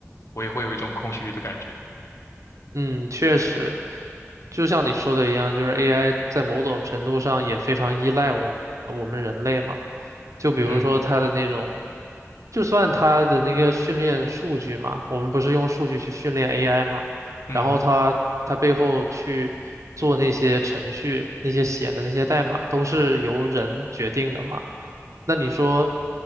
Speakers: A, on the left (about 60°); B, on the right (about 75°).
A: 我也会有一种空虚的感觉。
B: 嗯，确实，就像你说的一样，就是 AI 在某种程度上也非常依赖我们我们人类嘛。就比如说它的那种，
A: 嗯
B: 就算它的那个训练数据嘛，我们不是用数据去训练 AI 嘛，
A: 嗯
B: 然后它它背后去做那些程序，那些写的那些代码都是由人决定的嘛。那你说